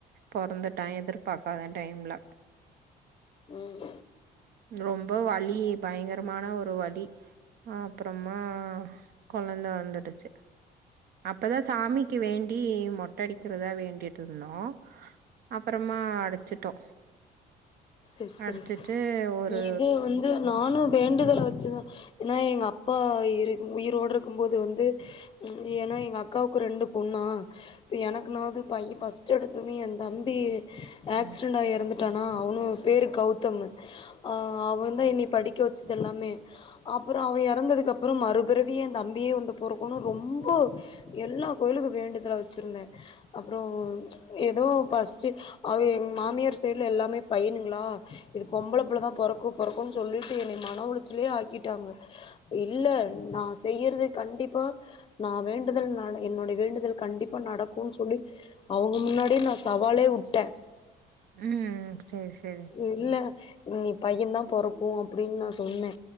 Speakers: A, on the right (about 65°); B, on the left (about 30°).
A: பொறந்துட்டா எதிர்பாக்காத டைம்ல
B: ம்
A: ரொம்ப வலி பயங்கரமான ஒரு வலி அ அப்புறமா குழந்த வந்துடுச்சு அப்பதா சாமிக்கு வேண்டி மொட்ட அடிக்கிறதா வேண்டிட்டு இருந்தோ அப்பறமா அடிச்சுட்டோ
B: செரி செரி
A: அடிச்சுட்டு ஒரு
B: இது வந்து நானு வேண்டுதல் வச்சுதா ஏன்னா எங்க அப்பா இரு உயிரோட இருக்கும் போது வந்து ஏன்னா எங்க அக் காக்கு ரெண்டு பொண்ணா எனக்குனாவது பைய ஃபர்ஸ்ட் எடுத்தொனே என் தம்பி கா ஆக்சிடெண்டாகி
A: ம்
B: இறந்துட்டானா அவனு பேரூ கௌதமு ஆ அவ வந்தெ என்னய படிக் க்க வச்சது எல்லாமே அப்புறோ அவ இறந்ததுக்கப்புறோ மறுபிறவியே ஏ தம்பியே வந்து பொறக்குனு ரொம்ப எல்லா கோயிலுக்கூ வேண்டுதல வச்சிருந்தே அப்ரோ ஏதோ ஃபஸ்ட்டு அவ எங் மாமியார் சைட்ல எல்லாமே பையனுங் கலா இது பொம்பளப் புள்ளதா பொறக்கு பொறக்குன் சொல்லிட்டு என்ன மன உளைச்சலே ஆக்கிட்டாங்க இல்ல நா செய்யறது கண்டிப்பா நா வேண்டுதல்னால என்னுடைய வேண்டுதல் கண்டிப்பா நடக்குன் சொல்லி அவங்க முன்னாடியே நா சவாலே விட்டே
A: ம் ம் சரி, சரி.
B: இல்ல நீ பையன் தா போறக்கோ அப்டின்னு நா சொன்னே